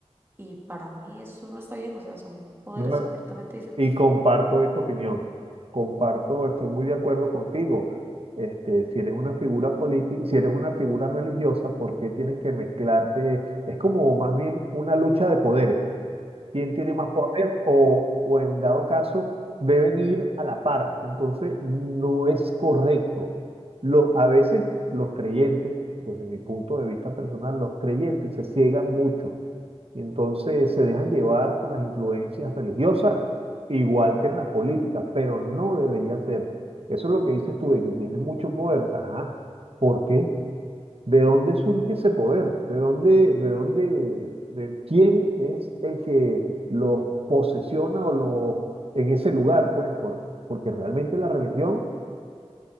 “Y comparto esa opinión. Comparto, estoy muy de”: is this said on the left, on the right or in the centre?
Right